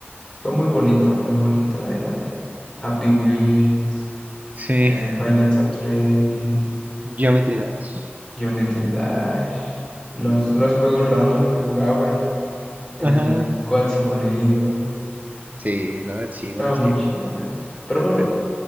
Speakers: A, on the left; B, on the right.
A: fue muy bonita, muy bonita la era de Happy Wheels,
B: Sí,
A: eh, Five Nights at Freddy's.
B: Geometry Dash.
A: Geometry Dash. Los, los juegos random que jugaba, el, el
B: Ajá.
A: God Simulator.
B: sí, la verdad, sí,
A: Estaba
B: buenos
A: muy
B: tiempos.
A: chido, la neta. Pero bueno,
B: Bueno,